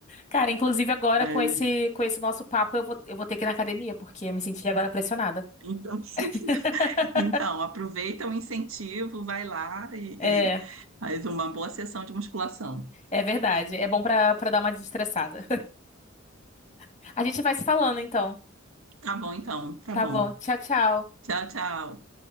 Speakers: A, on the left (about 20°); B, on the right (about 75°).
A: Cara, inclusive agora
B: Aí,
A: com esse, com esse nosso papo, eu vou, eu vou ter que ir na academia, porque eu me senti agora pressionada.
B: então, <laughs>
A: <laughs>
B: então, aproveita o incentivo, vai lá e,
A: É,
B: e faz uma boa sessão de musculação.
A: é verdade. É bom pra, pra dar uma desestressada. <laughs> A gente vai se falando então.
B: Tá bom, então, tá
A: Tá
B: bom.
A: bom. Tchau, tchau.
B: Tchau, tchau.